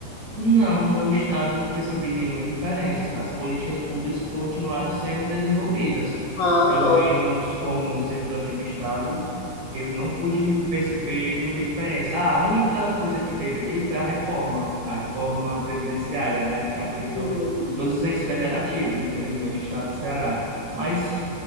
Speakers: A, on the right; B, on the left.
A: Não, no meu estado não percebi nenhuma diferença. As políticas públicas continuaram sendo desenvolvidas.
B: Ah,
A: Pelo
B: top.
A: menos como um servidor aqui do estado, eu não pude perceber muita diferença. Ah, a única coisa que teve aqui foi a reforma, a reforma previdenciária, né, que afetou
B: Uhum.
A: todos os entes federativos, infelizmente, o estado do Ceará. Mas,